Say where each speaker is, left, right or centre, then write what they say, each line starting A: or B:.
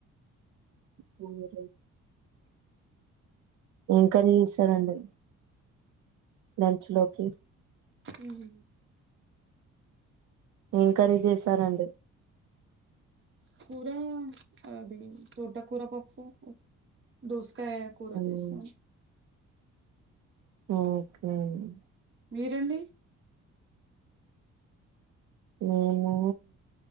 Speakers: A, on the right; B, on the right.
A: మీరు ఏం కర్రీ చేసారండి లంచ్లోకి
B: ఉహుం
A: ఏం కర్రీ చేసారండి
B: కూరా అది తోటకూర పప్పు దోస్కాయ కూర
A: ఉమ్,
B: చేసాను
A: ఓకే అండి
B: మీరండి
A: నేను